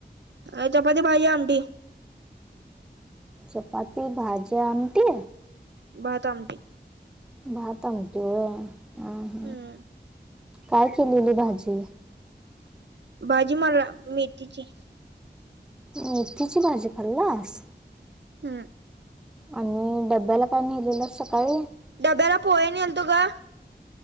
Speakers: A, on the right; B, in the centre.
A: अ चपती भाजीत आमटी.
B: चपाती भाजी आमटी
A: भात आमटी.
B: भात आमटी व्हाय हम्म
A: हम्म.
B: काय केलेली भाजी?
A: भाजी मला मेथीची.
B: मेथीची भाजी खल्लास?
A: हम.
B: आणि डब्याला काय नेलेलंस सकाळी?
A: डब्याला पोहे नेल्तू ग.